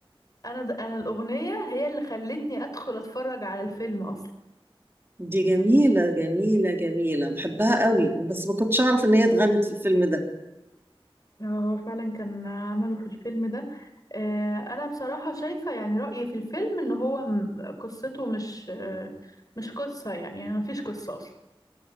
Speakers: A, on the left; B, on the right.
A: أنا د- أنا الأغنية هي اللي خلتني أدخل أتفرج على الفيلم أصلا
B: دي جميلة جميلة جميلة بحبها قوي بس ما كنتش أعرف إن هي اتغنت في الفيلم ده
A: هو فعلا كان عمله في الفيلم ده آه، انا بصراحة شايفة يعني رأيي في الفيلم ان هو م- قصته مش آه، مش قصة يعني يعني ما فيش قصة اصلا